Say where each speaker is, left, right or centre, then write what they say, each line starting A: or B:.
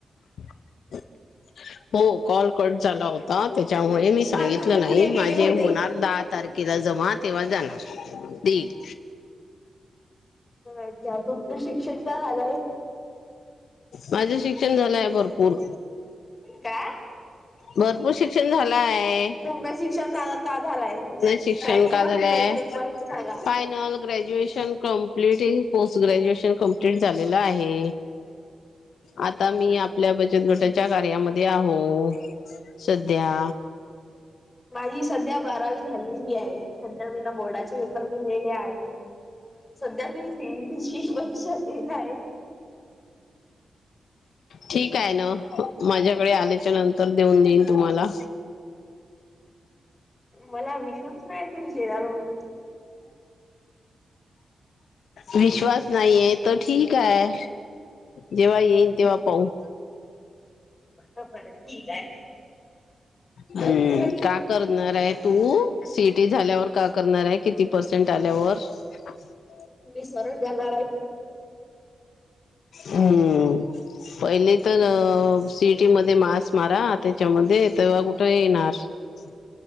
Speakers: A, on the left; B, on the left.
A: <inaudible> हो कॉल कट झाला होता, त्याच्यामुळे मी सांगितलं
B: काल तुम्ही
A: नाही.
B: कुठे गेले
A: माझे
B: होते
A: होणार दहा तारखे ला जमा तेव्हा जाणार. देईल.
B: अच्छा तुमचं शिक्षण का झालंय
A: माझं शिक्षण झालंय भरपूर.
B: काय
A: भरपूर शिक्षण झालं आहे.
B: पूर्ण शिक्षण झाला का झालाय स्टार्टिंग
A: शिक्षण काय
B: पासून
A: झालं आहे.
B: तर एंडिंग पर्यंत सांगा
A: फायनल ग्रॅज्युएशन कंप्लीटय, पोस्ट ग्रॅज्युएशन कंप्लीट झालेलं आहे. आता मी आपल्या बचत गटाच्या कार्यामध्ये आहोत सध्या.
B: माझी सध्या बारावी झालेली आहे. सध्या मी ने बोर्डाचे पेपर दिलेले आहे. सध्या मी सीईटीची परीक्षा देत आहे.
A: ठीक आहे न. माझ्याकडे आल्याच्या नंतर देऊन देईन तुम्हाला.
B: मला विश्वास नाय तुम्ही देणार म्हणून.
A: विश्वास नाहीयाय तर ठीक आहे. जेव्हा येईन तेव्हा पाहू.
B: म्हटलं बरं ठीक आहे.
A: हं
B: अजून काही सांगू
A: का करणार आहे. तू सीईटी झाल्यावर का करणार आहे, किती पर्सेंट आल्यावर. <inaudible>
B: ती सरळ जाणार हाय
A: हम्म. पहिले तर सीईटी मधे मार्कस मारा त्याच्यामध्ये, तेव्हा कुठे येणार. अच्छा.